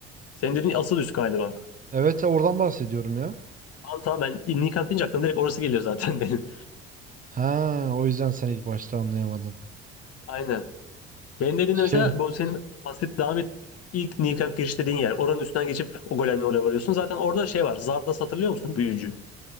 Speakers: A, on the left; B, on the right.
A: Senin dediğin asıl üs galiba.
B: Evet ya, oradan bahsediyorum ya.
A: Tamam tamam ben New Camp deyince aklıma direkt orası geliyor zaten <laughs> benim.
B: Ha o yüzden sen ilk başta anlayamadın.
A: Aynen. Benim dediğimde
B: Şey
A: mesela bu senin bahsedip devam et ilk New Camp giriş dediğin yer. Oranın üstünden geçip o golemle oraya varıyorsun. Zaten orada şey var. Zarda hatırlıyor musun? Büyücü.